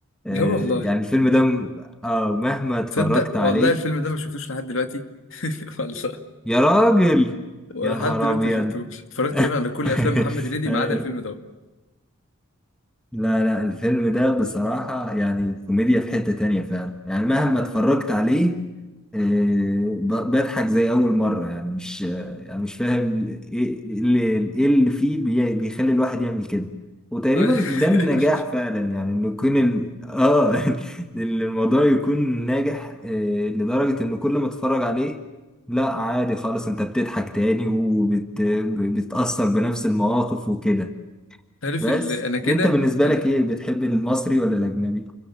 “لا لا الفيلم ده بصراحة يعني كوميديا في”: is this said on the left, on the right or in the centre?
Centre